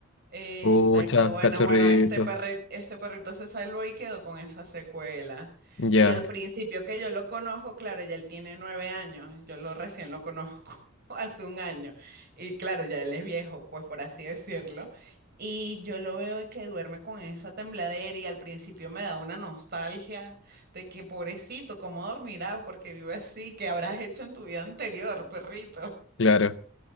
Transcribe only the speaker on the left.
Ucha,
cachorrito.
Ya,
claro.